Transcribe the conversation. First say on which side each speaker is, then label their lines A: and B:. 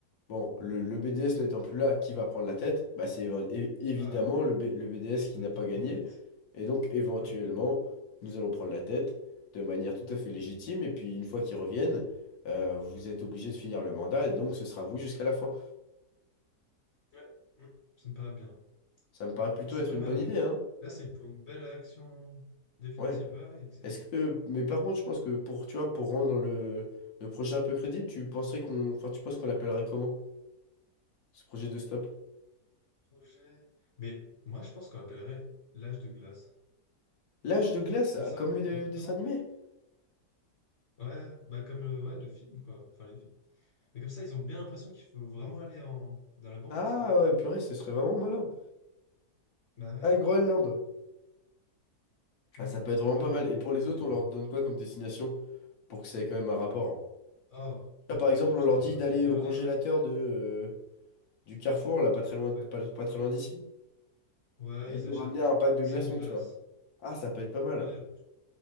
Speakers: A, on the left (about 75°); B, on the left (about 55°).
A: bon, le, le BDS
B: Hmm.
A: n'étant plus là, qui va prendre la tête? Bah c'est évi- é- évidemment
B: Bah,
A: le, B- le BDS qui
B: le
A: n'a
B: pôle
A: pas gagné.
B: compète.
A: Et donc éventuellement,
B: Ouais.
A: nous allons prendre la tête de manière tout à fait légitime, et puis une fois qu'ils reviennent, euh, vous êtes obligé de finir le mandat, et donc ce sera vous jusqu'à la fin.
B: Ouais. Hmm. Ça me paraît bien.
A: Ça me paraît plutôt
B: Ah, c'est
A: être
B: pas
A: une
B: mal,
A: bonne
B: ouais.
A: idée, hein?
B: Là, c'est pour une belle action définitive.
A: Ouais.
B: Ouais, ouais, excellent.
A: Est-ce que, mais par contre, je pense que pour, tu vois, pour rendre le, le projet un peu crédible, tu penserais qu'on, enfin, tu penses qu'on l'appellerait comment, ce projet de stop?
B: Projet. Mais moi, je pense qu'on appellerait l'âge de glace.
A: L'âge de glace,
B: Comme
A: ah,
B: ça,
A: comme le de-
B: il
A: dessin
B: pend.
A: animé?
B: Ouais, bah comme le, ouais, le film, quoi. Enfin, les films. Mais comme ça, ils ont bien l'impression qu'il faut vraiment aller en... dans la banquise,
A: Ah,
B: quoi.
A: ouais, purée, ce serait vraiment malin.
B: Bah ouais.
A: Ah, et Groenland.
B: Hmm.
A: Ah, ça peut être vraiment
B: Groenland,
A: pas mal. Et
B: exactement,
A: pour les autres,
B: pardon.
A: on leur donne quoi comme destination pour que ça ait quand même un rapport? hein?
B: Oh, on
A: Là, par
B: peut
A: exemple,
B: aller jusqu'à
A: on leur dit d'aller
B: Quimperlé,
A: au congélateur
B: hein.
A: de, euh, du Carrefour, là, pas très loin, pas,
B: Ouais.
A: pas très loin d'ici,
B: Ouais,
A: et
B: ils
A: nous
B: achètent
A: ramener un pack de
B: 5
A: glaçons,
B: glaces.
A: tu vois. Ah, ça peut être pas mal.
B: Ouais,